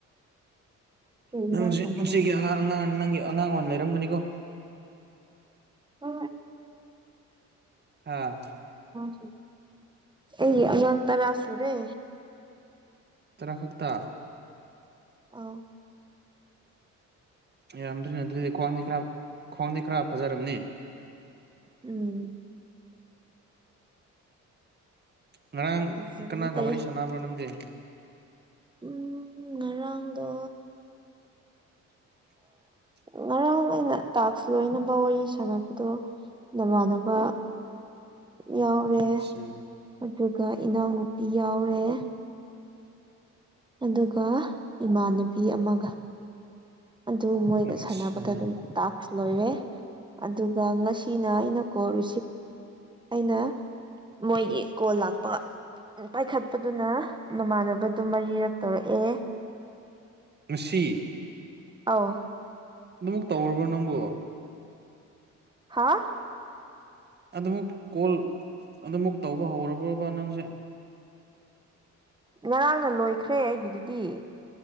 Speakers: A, on the right; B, on the right.
A: ꯀꯩ
B: ꯅꯪꯁꯦ
A: ꯏꯟꯖꯥꯡ ꯊꯣꯡꯕ
B: ꯏꯆꯦꯒꯤ
A: ꯅꯪꯗꯤ
B: ꯑꯉꯥꯡ ꯑꯉꯥꯡ ꯅꯪꯒꯤ ꯑꯉꯥꯡ ꯑꯣꯏꯅ ꯂꯩꯔꯝꯒꯅꯤꯀꯣ
A: ꯍ
B: ꯍꯥ
A: ꯇꯁꯨ ꯑꯩ ꯑꯣꯟꯇꯔꯁꯨ ꯔꯦ
B: ꯇꯔ ꯐꯛꯇ
A: ꯑ
B: ꯌꯥꯝꯗꯗꯤ ꯅꯠꯇꯦꯗꯤ ꯈ꯭ꯋꯥꯡꯗꯤ ꯈꯔ ꯈ꯭ꯋꯥꯡꯗꯤ ꯈꯔ ꯐꯖꯔꯝꯅꯦ
A: ꯎꯝ
B: ꯉꯔꯥꯡ
A: ꯐꯖꯕꯅ
B: ꯀꯅꯥꯒ
A: ꯀꯩ
B: ꯋꯥꯔꯤ ꯁꯥꯟꯅꯕ꯭ꯔꯣ ꯅꯪꯒꯤ
A: ꯎꯝ ꯉꯔꯥꯡꯗ
B: <unintelligible>
A: ꯉꯔꯥꯡ ꯑꯩꯅ ꯇꯥꯛꯁ ꯂꯣꯏꯅꯕ ꯋꯥꯔꯤ ꯁꯥꯟꯅꯕꯗꯣ ꯅꯃꯅꯕ ꯌꯥꯎꯔꯦ
B: ꯑꯠꯁꯥ
A: ꯑꯗꯨꯒ ꯏꯅꯥꯎꯅꯨꯄꯤ ꯌꯥꯎꯔꯦ ꯑꯗꯨꯒ ꯏꯃꯥꯟꯅꯕꯤ ꯑꯃꯒ ꯑꯗꯨ ꯃꯣꯏꯒ
B: ꯑꯠꯁꯥ
A: ꯁꯥꯟꯅꯕꯗ ꯑꯗꯨꯝ ꯇꯥꯛꯈ ꯂꯣꯏꯔꯦ ꯑꯗꯨꯒ ꯉꯁꯤꯅ ꯑꯩꯅ ꯀꯣꯜ ꯔꯤꯁꯤꯞ ꯑꯩꯅ ꯃꯣꯏꯒꯤ ꯀꯣꯜ ꯂꯥꯛꯄ ꯄꯥꯏꯈꯠꯄꯗꯨꯅ ꯃꯃꯥꯟꯅꯕꯗꯨ ꯃꯔꯤꯔꯛ ꯇꯧꯔꯛꯑꯦ
B: ꯃꯁꯤ
A: ꯑ
B: ꯑꯗꯨꯛ ꯇꯧꯔꯕ꯭ꯔꯣ ꯅꯪꯕꯨꯣ
A: ꯍꯥꯥ
B: ꯑꯗꯨꯃꯛ ꯀꯣꯜ ꯑꯗꯨꯝꯨꯛ ꯇꯧꯕ ꯍꯧꯔꯕ꯭ꯔꯕ ꯅꯪꯁꯦ
A: ꯉꯔꯥꯡꯅ ꯂꯣꯏꯈ꯭ꯔꯦ ꯑꯩꯒꯤꯗꯨꯗꯤ